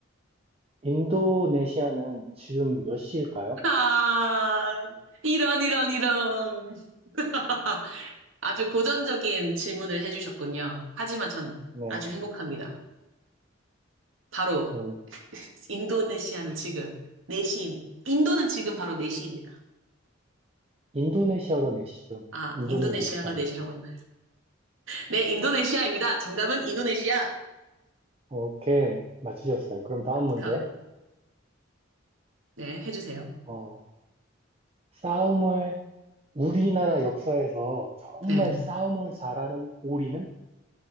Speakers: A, on the right; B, on the right.
A: 인도네시아는 지금 몇 시일까요?
B: 아, 이런, 이런, 이런. <laughs> 아주 고전적인 질문을 해주셨군요. 하지만 전
A: 네,
B: 아주 행복합니다. 바로
A: 어,
B: 인도네시아는 지금 4시, 인도는 지금 바로 4시입니다.
A: 인도네시아가 4시죠.
B: 아,
A: 인도는
B: 인도네시아가
A: 4시가 아니에요.
B: 4시라고 했나? 네, 인도네시아입니다. 정답은 인도네시아.
A: 오케이, 맞추셨어요. 그럼 다음 문제.
B: 감- 네, 해주세요.
A: 어, 싸움을, 우리나라 역사에서 정말
B: 네.
A: 싸움을 잘하는 오리는?